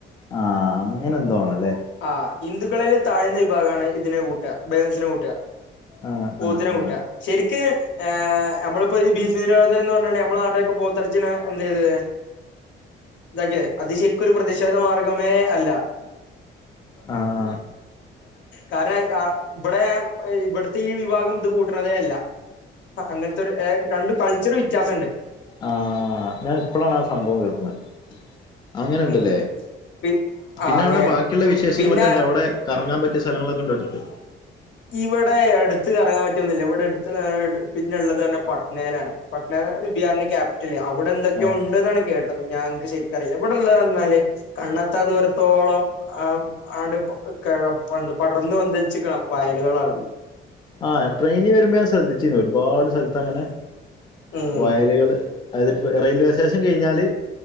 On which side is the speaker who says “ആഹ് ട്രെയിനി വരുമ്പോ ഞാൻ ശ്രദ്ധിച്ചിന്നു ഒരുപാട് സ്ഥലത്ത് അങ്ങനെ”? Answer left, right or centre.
Left